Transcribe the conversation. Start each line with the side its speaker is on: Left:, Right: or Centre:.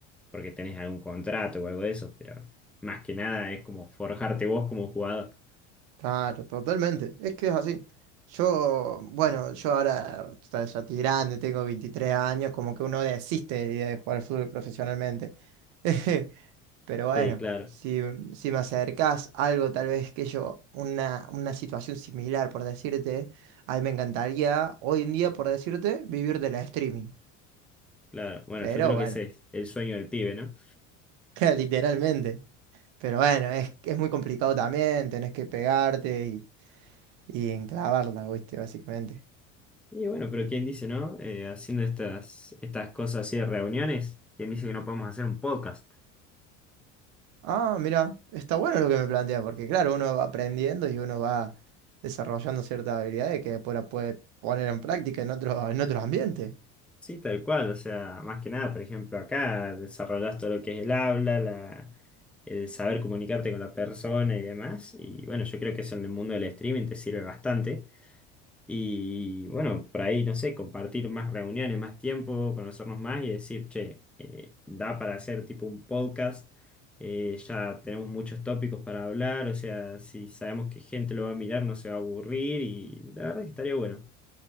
Centre: porque tenés algún contrato o algo de eso, pero más que nada es como forjarte vos como jugador.
Right: claro, totalmente. Es que es así. Yo, bueno, yo ahora o sea, ya estoy grande, tengo 23 años, como que uno desiste de la idea de jugar fútbol profesionalmente. <laughs> Pero bueno,
Centre: Sí, claro,
Right: si, si me acercás algo, tal vez que yo, una, una situación similar, por decirte, a mí me encantaría hoy en día, por decirte, vivir de la streaming.
Centre: claro. Bueno,
Right: Pero
Centre: yo creo
Right: bueno.
Centre: que ese es el sueño del pibe, ¿no?
Right: <laughs> literalmente. Pero bueno, es, es muy complicado también, tenés que pegarte y, y enclavarla, ¿viste? Básicamente.
Centre: Y bueno, pero ¿quién dice, no? Eh, haciendo estas, estas cosas así de reuniones, ¿quién dice que no podemos hacer un podcast?
Right: Ah, mira, está bueno lo que me plantea, porque claro, uno va aprendiendo y uno va desarrollando ciertas habilidades que después las puede poner en práctica en otro, en otro ambiente.
Centre: Sí, tal cual, o sea, más que nada, por ejemplo, acá desarrollás todo lo que es el habla, la, el saber comunicarte con la persona y demás. Y bueno, yo creo que eso en el mundo del streaming te sirve bastante. Y bueno, por ahí, no sé, compartir más reuniones, más tiempo, conocernos más y decir, che, eh, da para hacer tipo un podcast, eh, ya tenemos muchos tópicos para hablar, o sea, si sabemos que gente lo va a mirar, no se va a aburrir y la verdad que estaría bueno,